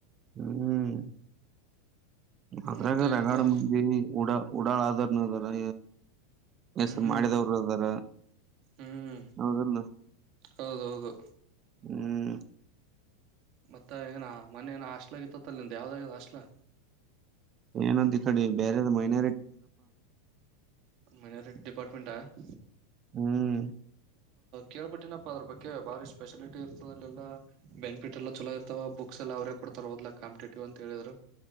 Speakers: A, on the right (about 35°); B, on the right (about 55°).
A: ಹ್ಮ್ ಅದ್ರಾಗ
B: ಮತ್ತ ಏನಪ್ಪಾ
A: ರಗಡ ಮಂದಿ ಊಡ ಉಡಾಳ ಆದ್ರನು ಅದಾರ ಹೆಸರು
B: ಹ್ಮ್
A: ಮಾಡಿದವರು ಅದಾರ
B: ಹ್ಮ್
A: ಹೌದಲ್ಲ
B: ಹೌದೌದು
A: ಹ್ಮ್
B: ಮತ್ತ ಏನ ಮನೇನ ಹಾಸ್ಲ ಆಗ ಇತ್ತತ್ತಲ್ಲ ನಿಂದ ಯಾವ್ದಾಗ ಅದ ಹಾಸ್ಟ
A: ಏನಂದ ಈ ಕಡೆ ಬೇರೆ ಮೈನ
B: ಮೈನಾರಟಿ ಡಿಪಾರ್ಟ್ಮೆಂಟ್ ಆ ಹ
A: ಹ್ಮ್
B: ಕೇಳ್ಬಟ್ಟನಪ್ಪಾ ಅದ್ರ ಬಗ್ಗೆ ಭಾರಿ ಸ್ಪೆಷಲಿಟಿ ಇರ್ತದೆಲ್ಲೆಲ್ಲ ಬೆನಿಫಿಟ್ ಎಲ್ಲ ಚಲ ಇರ್ತವ ಬುಕ್ ಎಲ್ಲ ಅವ್ರೇ ಕೊಡ್ತಾರೆೋದಾ ಕಂಪಿಟೇಟಿವ್ ಅಂತ ಹೇಳಿದ್ರು